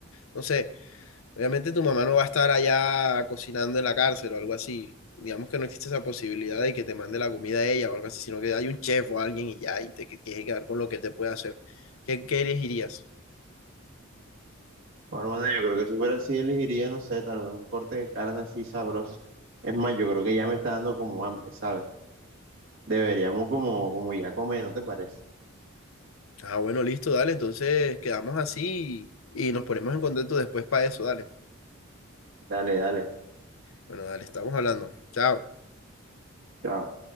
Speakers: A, on the left; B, on the right.
A: no sé, obviamente tu mamá no va a estar allá cocinando en la cárcel o algo así. Digamos que no existe esa posibilidad de que te mande la comida a ella o algo así, sino que hay un chef o alguien y ya, y te que- tienes que quedar con lo que te puede hacer. ¿Qué, qué elegirías?
B: hermano, yo creo que si fuera así, elegiría, no sé, tal vez un corte de carne así sabroso. Es más, yo creo que ya me está dando como hambre, ¿sabes? Deberíamos como, como ya comer, ¿no te parece?
A: Ah, bueno, listo, dale, entonces quedamos así y, y nos ponemos en contacto después para eso, dale.
B: Dale, dale.
A: Bueno, dale, estamos hablando. Chao.
B: Chao.